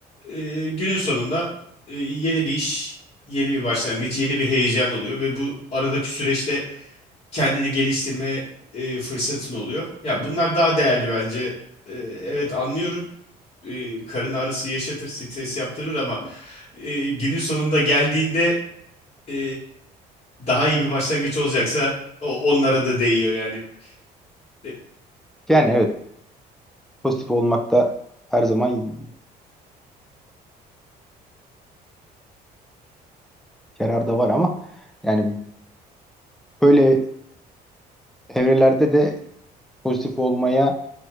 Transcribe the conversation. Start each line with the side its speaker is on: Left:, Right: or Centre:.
Left: e, günün sonunda e, yeni bir iş, yeni bir başlangıç, yeni bir heyecan oluyor ve bu aradaki süreçte kendini geliştirme e, fırsatın oluyor. Ya bunlar daha değerli bence. E, evet anlıyorum. E, karın ağrısı yaşatır, stres yaptırır ama e, günün sonunda geldiğinde e, daha iyi bir başlangıç olacaksa o onlara da değiyor yani. E,
Centre: Yani evet, pozitif olmakta her zaman yarar da var ama yani böyle evrelerde de pozitif olmaya